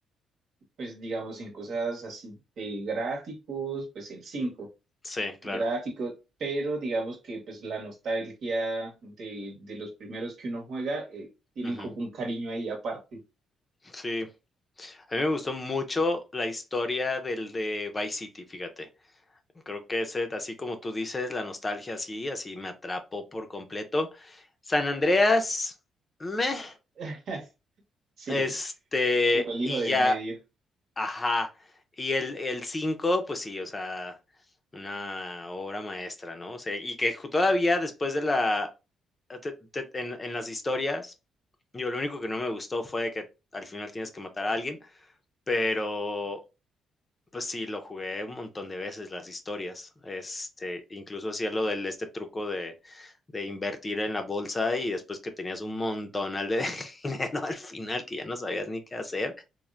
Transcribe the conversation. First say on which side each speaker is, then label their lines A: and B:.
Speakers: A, on the right; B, on the left.
A: Pues digamos en cosas así de gráficos, pues el 5
B: Sí,
A: gráficos,
B: claro.
A: pero digamos que pues la nostalgia de, de los primeros que uno juega eh, tienen
B: Ujú.
A: como un cariño ahí aparte.
B: Sí. A mí me gustó mucho la historia del de Vice City, fíjate. Creo que ese, así como tú dices, la nostalgia, así así me atrapó por completo. San Andreas, meh.
A: <laughs> Sí,
B: Este,
A: como el hijo
B: y
A: del
B: ya
A: medio.
B: ajá. Y el el 5 pues sí, o sea, una obra maestra, ¿no? O sea, y que ju todavía después de la eh, te te en en las historias, yo lo único que no me gustó fue de que al final tienes que matar a alguien, pero, pues sí, lo jugué un montón de veces las historias. Este, incluso hacía lo del este truco de de invertir en la bolsa y después que tenías un montonal de <laughs> dinero al final que ya no sabías ni qué hacer,